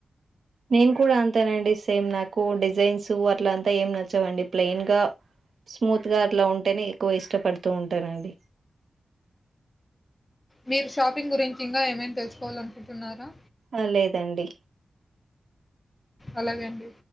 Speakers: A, on the right; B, on the left.
A: నేను కూడా అంతేనండి సేమ్ నాకు డిజైన్స్ అట్లంతా ఏం నచ్చవండి ప్లెయిన్ గా స్మూత్ గా అట్లా ఉంటేనే ఎక్కువ ఇష్టపడ్ తూ ఉంటానండి
B: మీరు షాపింగ్ గురించి ఇంగా ఏమైనా తెలుసుకోవాల అనుకుంటున్నారా
A: ఆ లేదండి
B: అలాగే అండి